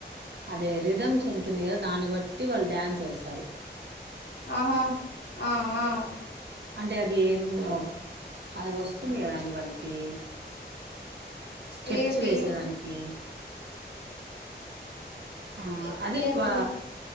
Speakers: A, on the right; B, on the left.
A: అదే రిథమ్స్ ఉంటుంది కదా దాన్ని బట్టి వాళ్ళు డ్యాన్స్ ఎస్తారు
B: ఆహా ఆ ఆ
A: అంటే అది ఎందో అది వస్తుంది కదా అండి వాళ్ళకి స్టెప్స్
B: ఏది
A: వేసేదానికి ఆ
B: ఏ
A: అదే
B: ఏది
A: వా